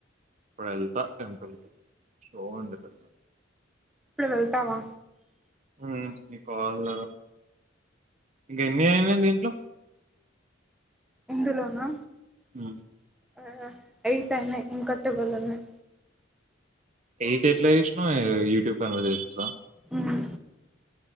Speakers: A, on the right (about 40°); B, in the centre.
A: ఇప్పుడెళ్తా టెంపుల్కి షో ఉంది పెద్ద
B: ఇప్పుడు వెళ్తావా
A: ఉమ్ ఇ కాల్ ఇంక ఎన్ని అయినయి దీంట్లో
B: ఇందులోనా
A: ఉ
B: ఆ ఎయిటయినయ్ ఇంకా ట్వెల్వ్ ఉన్నాయ్
A: ఎయిట్ ఎట్ల చేష్నవ్ యూట్యూబ్ ఛానల్ చూస <inaudible>
B: ఉమ్